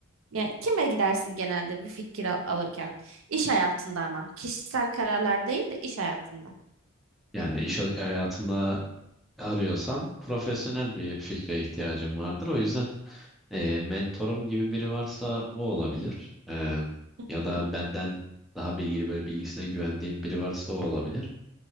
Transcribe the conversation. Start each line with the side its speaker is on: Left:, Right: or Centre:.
Right: Yani kime gidersin genelde bir fikir al- alırken? İş hayatında ama. Kişisel kararlar değil de iş hayatında.
Centre: Yani iş hayatında arıyorsam profesyonel bir fikre ihtiyacım vardır. O yüzden e, mentorum gibi biri varsa o olabilir. E,
Right: Hı
Centre: ya
Right: hı.
Centre: da benden daha bilgili böyle bilgisine güvendiğim biri varsa o olabilir.